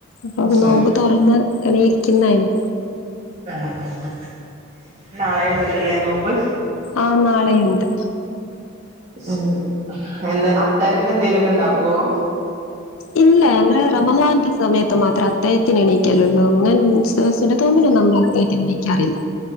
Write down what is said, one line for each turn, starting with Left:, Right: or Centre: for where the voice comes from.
Left: അപ്പൊ
Right: അതെ
Left: നോമ്പ് തുറന്ന് ഇങ്ങനെ ഇരിക്കുന്നായിന്
Right: ആഹ് ആഹ് ആഹ് നാളെ ഉണ്ടല്ലല്ലേ നോമ്പ്
Left: ആ നാളെയുണ്ട്
Right: ഉം എന്താ അത്തായത്തിന് എന്തെലുമൊക്കെ ഉണ്ടാക്കുവോ
Left: ഇല്ല ഞങ്ങള് റമളാൻ സമയത്ത് മാത്രം അദ്ദേഹത്തിന് എണീക്കലള്ളൂ അങ്ങൻ തോന്നിന നമ്മൾ അത്തിയത്തിന് എണീക്കാറില്ല